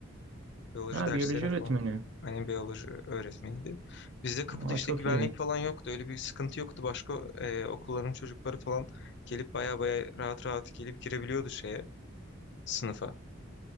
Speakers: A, on the left; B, on the right.
A: Biyoloji
B: Ha
A: derslerini
B: biyoloji öğretmeni.
A: falan. Annem biyoloji öğretmeniydi. Bizde kapıda
B: Aa
A: işte
B: çok
A: güvenlik
B: iyi.
A: falan yoktu. Öyle bir sıkıntı yoktu. Başka e, okulların çocukları falan gelip baya baya rahat rahat gelip girebiliyordu şeye, sınıfa.